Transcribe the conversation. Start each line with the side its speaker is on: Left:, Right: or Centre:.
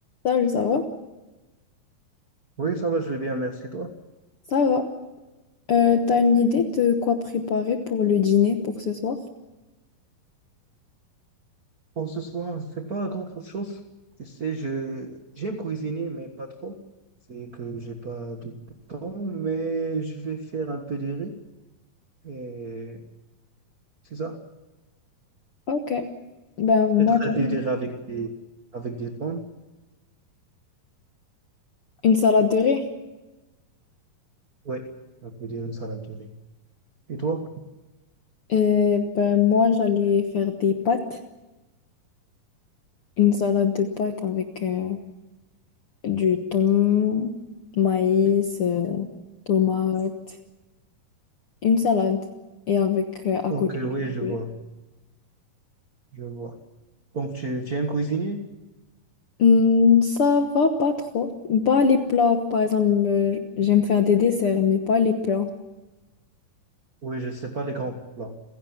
Left: Salut, ça va?
Right: Oui, ça va, je vais bien, merci toi.
Left: Ça va. Euh, t'as une idée de quoi préparer pour le dîner pour ce soir?
Right: Pour ce soir, je ne fais pas grand-chose. Tu sais, je j'aime cuisiner, mais pas trop. C'est que j'ai pas du temps, mais je vais faire un peu de riz. Et c'est ça.
Left: Ok. Ben
Right: Je vais
Left: moi
Right: traiter
Left: j'aime
Right: des riz avec des, avec des pommes.
Left: une salade de riz.
Right: Oui, un peu de une salade de riz. Et toi?
Left: Et ben moi j'allais faire des pâtes. Une salade de pâtes avec euh, du thon, maïs, euh, tomates. Une salade. Et avec euh, à
Right: Ok,
Left: côté
Right: oui,
Left: du
Right: je
Left: poulet.
Right: vois, je vois. Donc, tu, tu aimes cuisiner?
Left: Hmm, ça va pas trop. Pas les plats, par exemple, euh, j'aime faire des desserts, mais pas les plats.
Right: Oui, je sais pas les grands plats,